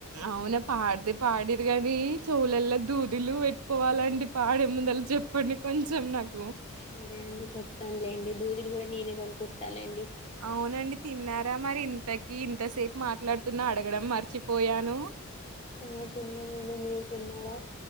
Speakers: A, on the right; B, on the left.
A: అవునా పాడితే పాడిర్రు కానీ చెవులల్లో దూదులు పెట్టుకోవాలంటే పాడే ముందల చెప్పండి కొంచెం నాకు
B: సరే అండి చెప్తానులేండి దూదులు కూడా నేనే పంపిస్తాలేండి
A: అవునండి తిన్నారా మరి ఇంతకి ఇంతసేపు మాట్లాడుతున్నా అడగడం మర్చిపోయాను
B: ఆ తిన్ననండి మీరు తిన్నారా